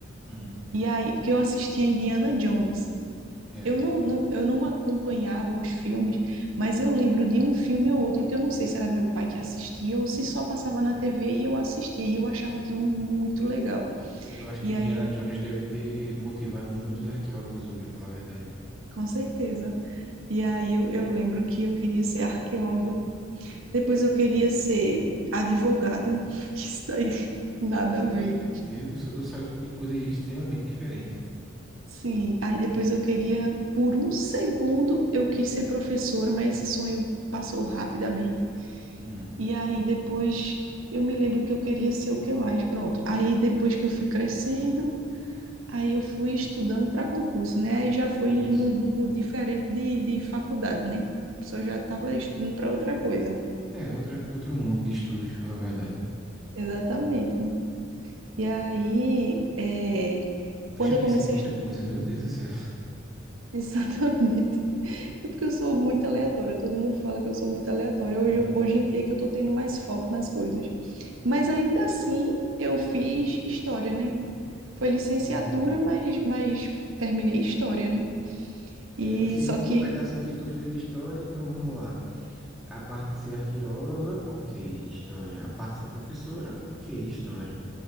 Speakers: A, in the centre; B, on the right.
A: hum.
B: E aí, porque eu assistia Indiana Jones.
A: É,
B: Eu não, não- eu não acompanhava os filmes, mas eu lembro de um filme ou outro que eu não sei se era meu pai que assistia ou se só passava na TV e eu assistia e eu achava aquilo muito legal.
A: eu acho que
B: E
A: Indiana
B: aí, eu-
A: Jones deve ter motivado muitos arqueólogos hoje, pra falar a verdade. viu?
B: com certeza. E aí eu, eu lembro que eu queria ser arqueóloga Depois eu queria ser advogada, <laughs> que isso daí nada a
A: Meu
B: ver.
A: Deus do céu, eu saio de coisas extremamente diferentes.
B: Sim, aí depois eu queria, por um segundo, eu quis ser professora, mas esse sonho passou rapidamente.
A: Hum,
B: E aí depois eu me lembro que eu queria ser o que mais, pronto. Aí depois que eu fui crescendo, aí eu fui estudando para concurso, né? Aí já foi
A: isso.
B: em- num rumo diferente de, de faculdade, né? A pessoa já estava estudando para outra coisa.
A: É, outra, outro mundo de estudos, pela verdade.
B: Exatamente. E aí, é, quando
A: Tu já
B: eu
A: quis
B: comecei
A: ser muita
B: a
A: coisa, meu Deus do céu.
B: <laughs> Exatamente. É porque eu sou muito aleatória, todo mundo fala que eu sou muito aleatória. Hoje,
A: Hum,
B: eu- hoje em dia é que eu tô tendo mais foco nas coisas. Mas ainda assim, eu fiz história, né? Foi licenciatura,
A: entendi.
B: mas, mas terminei história, né? E
A: É, se
B: só
A: a gente
B: que,
A: for pegar assim que tu fez história, então vamos lá. A parte de ser arqueóloga, ok, história. A parte de ser professora, ok, história.